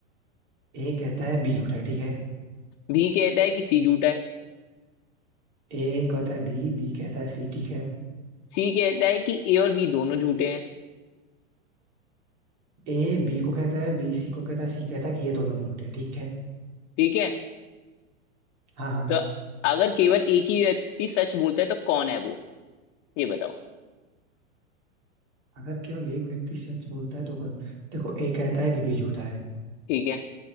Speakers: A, on the right (about 60°); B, on the left (about 40°).
A: ए कहता है बी झूठा है ठीक है
B: बी कहता है कि सी झूठा है
A: ए कहता है बी बी कहता है सी ठीक है
B: सी कहता है कि ए और बी दोनों झूठे हैं
A: ए बी को कहता है बी सी को कहता है सी कहता है कि ये दोनों झूठे हैं ठीक है
B: ठीक है
A: हाँ हाँ
B: तो अगर केवल एक ही व्यक्ति सच बोलता है तो कौन है वो ये बताओ
A: अगर केवल एक व्यक्ति सच बोलता है तो कौन देखो ए कहता है कि बी झूठा है
B: ठीक है